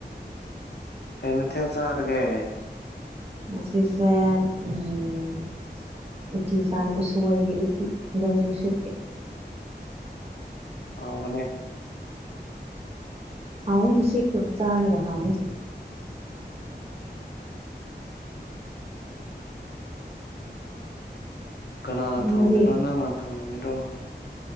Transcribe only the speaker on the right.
ꯉꯥꯁꯤꯁꯦ ꯎꯝ ꯎꯇꯤ ꯆꯥꯢ ꯎꯁꯣꯏꯒꯤ ꯎꯇꯤ ꯕꯦꯝꯕꯨꯁꯨꯠꯀꯤ
ꯍꯥꯎꯋꯦ ꯉꯁꯤ ꯄꯨ ꯆꯥꯔꯒ ꯍꯥꯎꯋꯦ
ꯅꯣꯏꯗꯤ